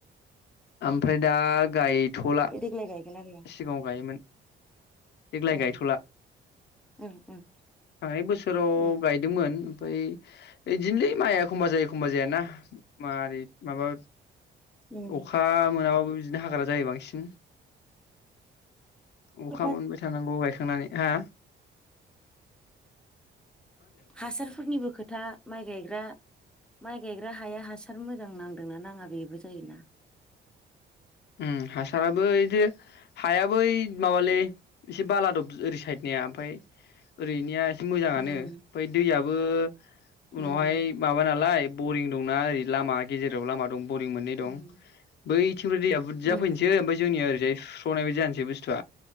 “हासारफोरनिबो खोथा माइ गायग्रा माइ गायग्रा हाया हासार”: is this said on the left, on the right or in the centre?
Centre